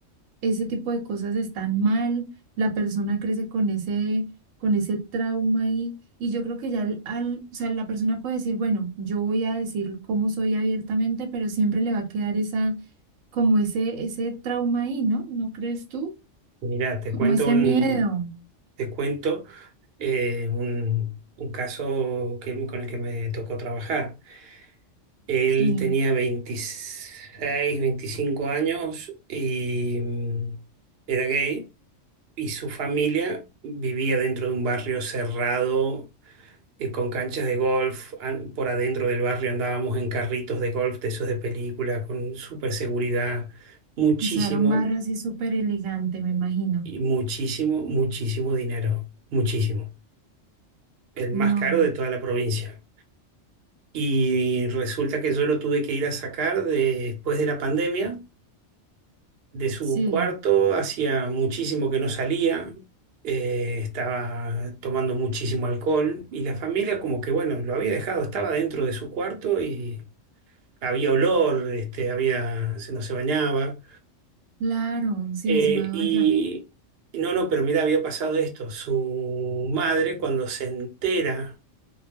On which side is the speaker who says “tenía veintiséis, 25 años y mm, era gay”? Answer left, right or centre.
Right